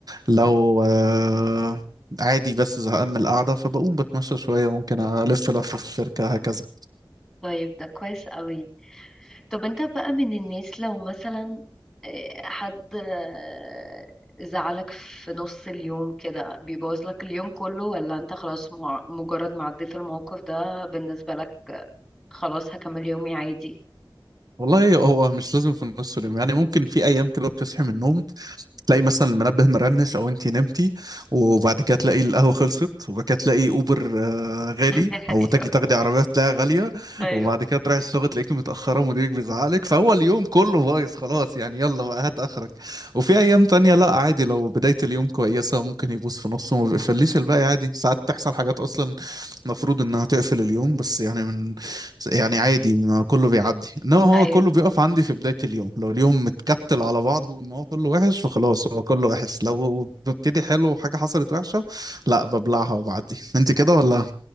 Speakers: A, on the right; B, in the centre.
A: لو
B: مم.
A: أه عادي بس زهقان من القعده فبقوم بتمشى شويه ممكن الف لفه في الشركه هكذا
B: طيب ده كويس قوي طب انت بقى من الناس لو مثلا آه، حد آه، زعلك في نص اليوم كده بيبوظ لك اليوم كله ولا انت خلاص مع- مجرد ما عديت الموقف ده بالنسبة لك خلاص هكمل يومي عادي
A: والله هو مش لازم في نص اليوم يعني ممكن في ايام كده بتصحي من النوم تلاقي مثلا المنبه مرنش او انتي نمتي وبعد كده تلاقي القهوه خلصت وبعد كده تلاقي اوبر آه، غالي
B: <laughs>
A: او
B: ايوه
A: تجي تاخدي عربيه تلاقيها غاليه
B: ايوه
A: وبعد كده تروحي الشغل تلاقيكي متاخره ومديرك بيزعلك فهو اليوم كله بايظ خلاص يعني يلا بقى هات اخرك وفي ايام تانية لا عادي لو بدايه اليوم كويسه ممكن يبوظ في نصه وما بيقفليش الباقي عادي ساعات تحصل حاجات اصلا المفروض انها تقفل اليوم بس يعني من يعني عادي ما كله بيعدي انما هو
B: ايوه
A: كله بيقف عندي في بداية اليوم لو اليوم متكتل على بعضه ان هو كله وحش فخلاص هو كله وحش لو ببتدي حلو وحاجة حصلت وحشة لا ببلعها وبعدي <laughs> انت كده ولا